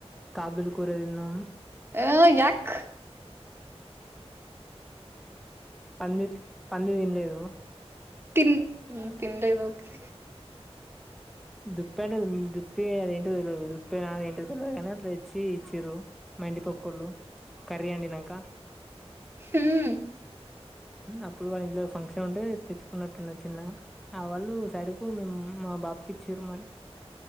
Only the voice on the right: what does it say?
ఒ యాక్
తిన్ <unintelligible>
హ్మ్